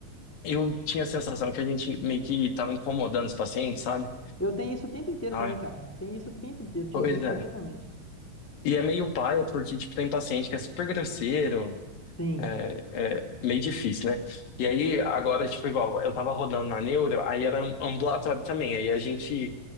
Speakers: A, on the left (about 80°); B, in the centre.
A: Eu tinha a sensação que a gente meio que tava incomodando os pacientes, sabe?
B: Eu tenho isso o tempo inteiro
A: Ai,
B: também, cara. Tenho isso o tempo inteiro, te
A: pois
B: entendo
A: é.
B: perfeitamente.
A: E é meio paia, porque, tipo, tem paciente que é super grosseiro,
B: Sim.
A: é, é meio difícil, né? E aí, agora, tipo, igual, eu tava rodando na neuro, aí era um ambulatório também, aí a gente